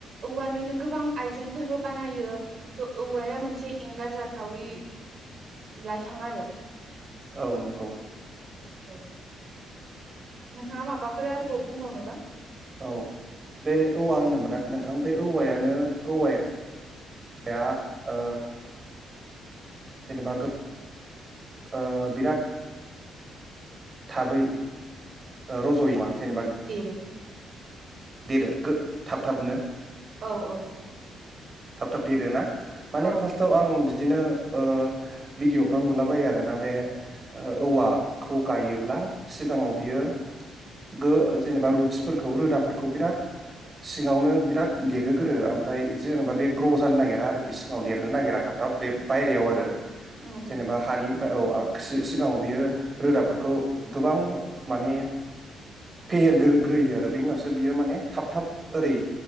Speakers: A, on the right; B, on the right.
A: औवानिनो गोबां आइजेंफोरबो बानायो थ' औवाया मोनसे एंगार जाथावि लाइफां आरो
B: औ नोंगौ
A: औ नोंथाङा माबाफोर आरोबाव बुंबावनोबा?
B: औ बे औवा होनदोंमोन <unintelligible> नोंथां बे औवायानो <unintelligible> ओ जेनेबा गो ओ बिराद थाबै ओ रज'यो मा जेनेबा
A: देरो
B: देरो गो थाब थाबनो
A: औ औ
B: थाब थाब देरो ना? माने
A: औ
B: फार्स्टआव आं बि दिनो ओ बिदिअ फ्राव नुलाबायो आरोना बे औवाखौ गायोब्ला सिगाङाव बियो गो जेनेबा रुतसफोरखौ रोदाफोरख खौ बिराद सिङावनो बिराद देरहोगोरो ओमफ्राय जेनेबा बे ग्र' जानो नागिरा आरोखि सिङाव देरनो नागिरा थाब थाब बे बायरायाव आरो
A: उम
B: जेनेबा
A: उम
B: हानि फ्राय औ सि-सिगाङाव बियो रोदाफोरखौ गोबां माने फेहेरग्रो ग्रोयो आरो बेनि उन सो बियो माने थाब थाब ओरै